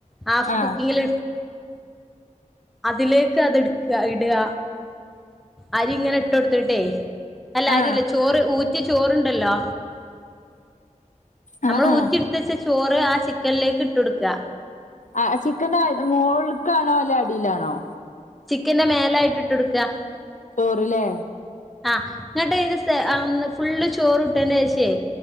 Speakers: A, in the centre; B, on the left (about 70°).
A: ഹാഫ്
B: ആ
A: കുക്കിങ്ങിൽ അതിലേക്ക് അത് എടുക്കുക ഇടുക അരി ഇങ്ങനെ ഇട്ട കൊടുത്തിട്ടേ അല്ല
B: ആ
A: അരില്ല ചോറ് ഊറ്റിയ ചോറണ്ടല്ലോ
B: ആ
A: നമ്മൾ
B: ആ
A: ഊറ്റി കത്ച്ച ചോറ് ആ ചിക്കനിലേക്ക് ഇട്ട് കൊടുക്കുക
B: ആഹ് ചിക്കൻന്റെ മോൾക്കാണോ അല്ലെ അടിയിലാണോ
A: ചിക്കന്റെ മേല ആയി ഇട്ടൊട്ട് ക്ക
B: ചോറ് ല്ലേ
A: ആഹ് ഇങ്ങട്ട്ന്റെ ഒ ഫുള്ള് ചോറ് ഇട്ട് എന്റെ ശേ ഷെ